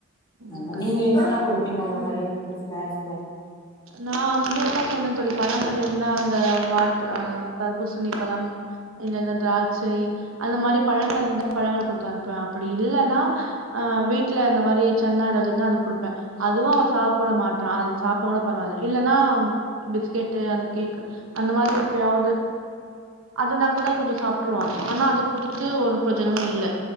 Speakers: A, on the right; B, on the left.
A: ம்
B: ஆமா
A: கண்டிப்பா
B: நீங்க என்னன்னா குடுப்பீங்க உங்க பையனுக்கு ஸ்நாக்ஸ்ல
A: நா வந்துதா <unintelligible> தோழி பழங்கள் இருந்தா அந்த வாட்டர் தர்பூசணி பழம் இல்ல இந்த திராட்சை அந்த மாரி பழங்கள் இருந்தா பழங்கள் குடுத்து அனுப்புவ அப்டி இல்லன்னா ஆ வீட்ல இந்த மாரி சென்னா ஏதாது இருந்தா அது குடுப்ப அதுவு அவன் சாப்ட மாட்ரா அது சாப்ட்டா கூட பரவால்லை இல்லன்னா பிஸ்கெட்டு் அந்த கேக் அந்த மாரி எப்பயாவுது அதுனா கூட கொஞ்சோ சாப்ட்டுருவா ஆனா அது குடுத்து ஒரு பிரஜோனமு இல்ல